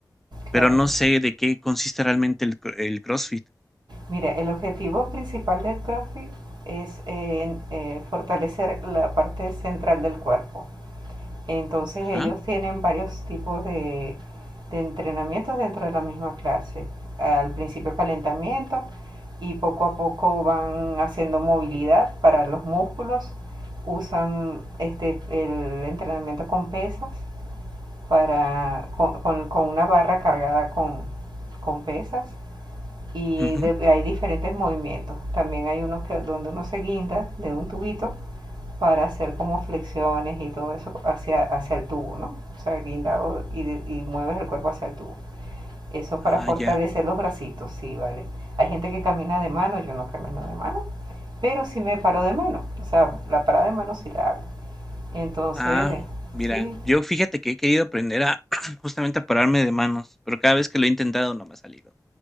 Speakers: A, in the centre; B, on the right.
A: Pero
B: claro.
A: no sé de qué consiste realmente el, cro- el CrossFit.
B: Mira, el objetivo principal del CrossFit es eh, eh, fortalecer la parte central del cuerpo, Entonces
A: Ajá.
B: ellos tienen varios tipos de, de entrenamientos dentro de la misma clase. Al principio calentamiento y poco a poco van haciendo movilidad para los músculos. Usan este, el entrenamiento con pesas, para, con, con- con una barra cargada con, con pesas. Y
A: ujú,
B: de- hay diferentes movimientos. También hay uno que, donde uno se guinda de un tubito para hacer como flexiones y todo eso hacia, hacia el tubo, ¿no? O sea, guindado y, y mueves el cuerpo hacia el tubo. Eso
A: Ah,
B: para fortalecer
A: ya.
B: los bracitos, sí, vale. Hay gente que camina de mano, yo no camino de mano, pero sí me paro de mano. O sea, la parada de mano sí la hago. Entonces,
A: Ah, mira,
B: sí,
A: yo fíjate que he querido aprender a <clears throat> justamente a pararme de manos, pero cada vez que lo he intentado no me ha salido.